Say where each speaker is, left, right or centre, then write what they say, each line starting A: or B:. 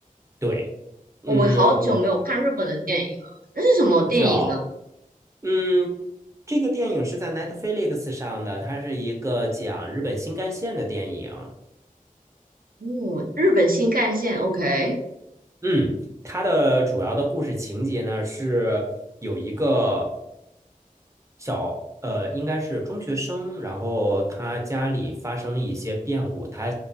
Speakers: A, on the right; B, on the right.
A: 对，嗯，
B: 哦我好久没有看日本的电影了。
A: 我
B: 那是什么电影呢？
A: 是哦，嗯，这个电影是在 Netflix 上的，它是一个讲日本新干线的电影。
B: 哦，日本新干线，OK，
A: 嗯，它的主要的故事情节呢是有一个小呃，应该是中学生，然后他家里发生了一些变故，他